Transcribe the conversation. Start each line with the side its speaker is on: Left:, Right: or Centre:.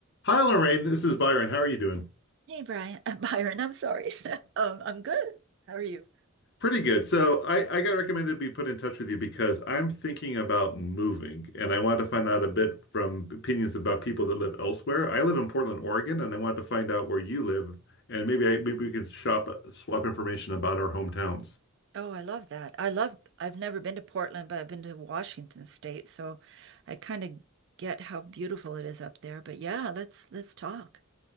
Left: Hi, Lorraine. This is Byron. How are you doing?
Right: Hey Brian, <laughs> Byron, I'm sorry. <laughs> Um, I'm good. How are you?
Left: Pretty good. So I, I got recommended to be put in touch with you because I'm thinking about moving and I wanted to find out a bit from opinions about people that live elsewhere. I live in Portland, Oregon, and I wanted to find out where you live and maybe I maybe we can shop swap information about our hometowns.
Right: Oh, I love that. I love, I've never been to Portland, but I've been to Washington State, so I kind of get how beautiful it is up there. But yeah, let's let's talk.